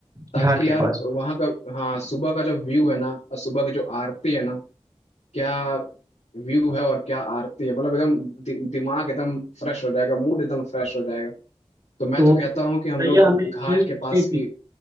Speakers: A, on the left; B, on the right.
A: ताकि
B: घाट के
A: यार
B: पास
A: वहाँ का हाँ सुबह का जो व्यू है ना और सुबह की जो आरती है ना क्या व्यू है और क्या आरती है मतलब एकदम दि, दिमाग एकदम फ्रेश हो जाएगा मूड एकदम फ्रेश हो जाएगा तो मैं
B: तो
A: तो कहता हूँ कि हम
B: भैया
A: लोग
B: हमें एक
A: घाट
B: चीज
A: के
B: पूछनी
A: पास
B: थी
A: ही